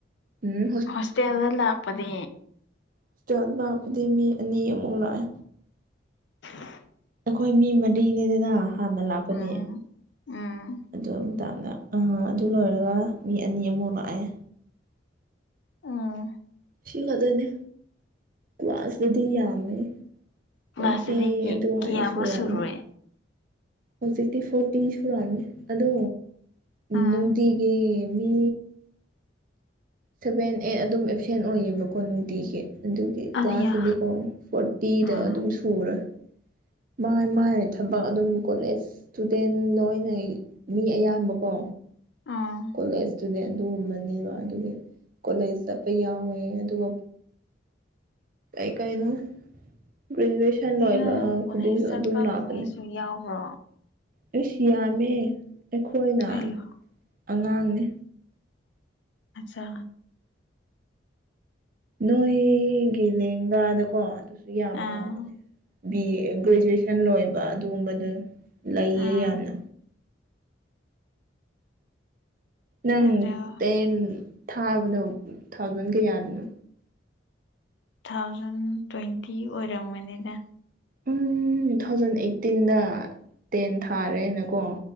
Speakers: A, on the right; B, on the left.
A: ꯎꯝ
B: ꯍꯣꯁꯇꯦꯜꯗ ꯂꯥꯛ ꯄꯗꯤ
A: ꯍꯣꯁꯇꯦꯜ ꯂꯥꯛꯄꯗꯤ ꯃꯤ ꯑꯅꯤ ꯑꯃꯨꯛ ꯂꯥꯛꯑꯦ
B: <unintelligible>
A: ꯑꯈꯣꯏ ꯃꯤ ꯃꯔꯤꯅꯦꯗꯅ ꯍꯥꯟꯅ ꯂꯥꯛꯄꯗꯤ
B: ꯎꯝ ꯎꯝ
A: ꯑꯗꯨ ꯃꯇꯝꯗ ꯑꯥ ꯑꯗꯨ ꯂꯣꯏꯔꯒ ꯃꯤ ꯑꯅꯤ ꯑꯃꯨꯛ ꯂꯥꯛꯑꯦ
B: ꯑꯥ
A: ꯁꯤ ꯈꯛꯇꯅꯦ ꯀ꯭ꯂꯥꯁꯇꯗꯤ ꯌꯥꯝꯃꯦ
B: ꯀ꯭ꯂꯥꯁꯇꯗꯤ
A: ꯐꯣꯔꯇꯤ ꯑꯗꯨꯋꯥꯏ
B: ꯀꯌꯥꯃꯨꯛ
A: ꯁꯨꯔꯝꯅꯤ
B: ꯁꯨꯔꯨꯔꯦ
A: ꯍꯧꯖꯤꯛꯇꯤ ꯐꯣꯔꯇꯤ ꯁꯨꯔꯝꯅꯤ ꯑꯗꯣ
B: ꯎꯝ
A: ꯅꯨꯡꯇꯤꯒꯤ ꯃꯤ ꯁꯚꯦꯟ ꯑꯦꯠ ꯑꯗꯨꯝ ꯑꯦꯞꯁꯦꯟ ꯑꯣꯏꯌꯦꯕꯀꯣ ꯅꯨꯡꯇꯤꯒꯤ ꯑꯗꯨꯒꯤ
B: ꯑꯌꯥ
A: ꯀ꯭ꯂꯥꯁꯇꯗꯤꯀꯣ ꯐꯣꯔꯇꯤꯗꯣ
B: ꯎꯝ
A: ꯑꯗꯨꯝ ꯁꯨꯔꯥ ꯃꯥꯏ ꯃꯥꯏ ꯊꯕꯛ ꯑꯗꯨꯝ ꯀꯣꯂꯦꯖ ꯏꯁꯇꯨꯗꯦꯟ ꯂꯣꯏꯅ ꯃꯤ ꯑꯌꯥꯝꯕꯀꯣ
B: ꯑꯥ
A: ꯀꯣꯂꯦꯖ ꯏꯁꯇꯨꯗꯦꯟ ꯑꯗꯨꯒꯨꯝꯕꯅꯦꯕ ꯑꯗꯨꯒꯤ ꯀꯣꯂꯦꯖ ꯆꯠꯄ ꯌꯥꯎꯋꯦ ꯑꯗꯨꯒ ꯀꯩ ꯀꯩꯅꯣ ꯒ꯭ꯔꯦꯖꯨꯋꯦꯁꯟ ꯂ‌ꯣꯏꯏꯕ
B: ꯑꯌꯥ ꯀꯣꯂꯦꯖ
A: ꯈꯨꯗꯤꯡꯁꯨ
B: ꯆꯠꯄ
A: ꯑꯗꯨꯝ ꯂꯥꯄꯅꯦ
B: ꯃꯤꯁꯨ ꯌꯥꯎꯕ꯭ꯔꯣ
A: ꯑꯩꯁ ꯌꯥꯝꯃꯦ ꯑꯩꯈꯣꯏꯅ
B: ꯑꯌꯣ
A: ꯑꯉꯥꯡꯅꯦ
B: ꯑꯠꯆꯥ
A: ꯅꯣꯏꯒꯤ ꯂꯦꯡꯒꯥꯗꯀꯣ ꯑꯗꯨꯁꯨ ꯌꯥꯝ
B: ꯑꯥ
A: ꯌꯥꯎꯕꯅꯦ ꯕꯤ ꯑꯦ ꯒ꯭ꯔꯦꯖꯨꯋꯦꯁꯟ ꯂꯣꯏꯕ ꯑꯗꯨꯒꯨꯝꯕꯗꯣ ꯂꯩꯌꯦ
B: ꯑꯥ
A: ꯌꯥꯝꯅ ꯅꯪ
B: ꯑꯗꯣ
A: ꯇꯦꯟ ꯊꯥꯕꯗꯣ ꯎ ꯊꯥꯎꯖꯟ ꯀꯌꯥꯗꯅꯣ
B: ꯊꯥꯎꯖꯟ ꯇ꯭ꯋꯦꯟꯇꯤ ꯑꯣꯏꯔꯝꯒꯅꯤꯗ
A: ꯎꯝ ꯊꯥꯎꯖꯟ ꯑꯩꯠꯇꯤꯟꯗ ꯇꯦꯟ ꯊꯥꯔꯦꯅꯀꯣ